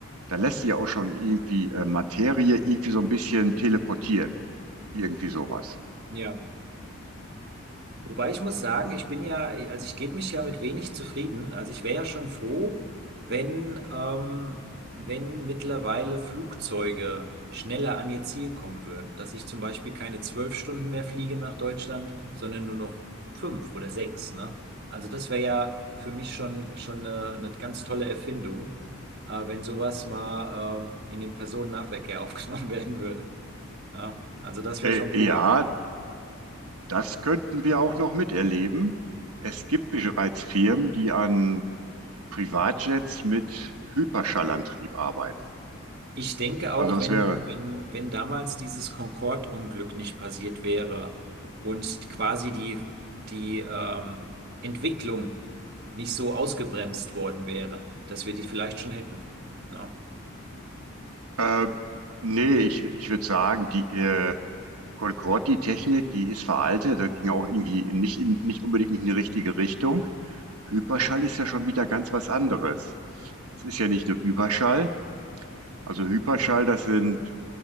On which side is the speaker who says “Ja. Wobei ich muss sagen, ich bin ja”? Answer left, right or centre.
Right